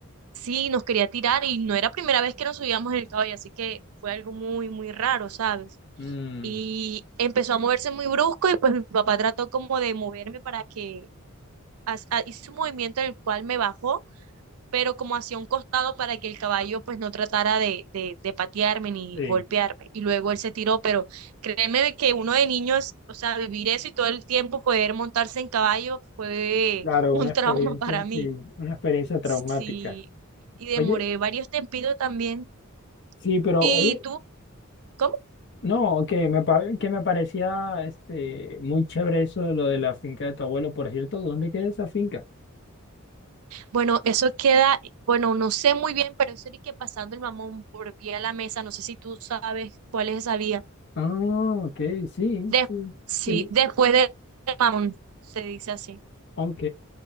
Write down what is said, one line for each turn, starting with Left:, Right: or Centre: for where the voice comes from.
Right: sí, nos quería tirar y no era primera vez que nos subíamos en el caballo, así que fue algo muy, muy raro, ¿sabes?
Left: Mm,
Right: Y empezó a moverse muy brusco y pues mi papá trató como de moverme para que, haz- ah, hizo un movimiento en el cual me bajó, pero como hacia un costado para que el caballo pues no tratara de, de, de patearme ni
Left: sí,
Right: golpearme. Y luego él se tiró, pero créeme que uno de niños, o sea, vivir eso y todo el tiempo poder montarse en caballo fue
Left: claro,
Right: un
Left: una experiencia,
Right: <laughs> trauma para mí.
Left: sí, una experiencia traumática.
Right: Sí, y demoré
Left: Oye,
Right: varios tempitos también.
Left: sí, pero
Right: ¿Y
Left: oye,
Right: tú? ¿Cómo?
Left: No, que me, pa- que me parecía este, muy chévere eso de lo de la finca de tu abuelo. Por cierto, ¿dónde queda esa finca?
Right: Bueno, eso queda, bueno, no sé muy bien, pero eso era que pasando el mamón por pie a la mesa, no sé si tú sabes cuál es esa vía.
Left: Ah, ok, sí,
Right: De-
Left: sí.
Right: sí,
Left: el-
Right: después del mamón, se dice así.
Left: ok,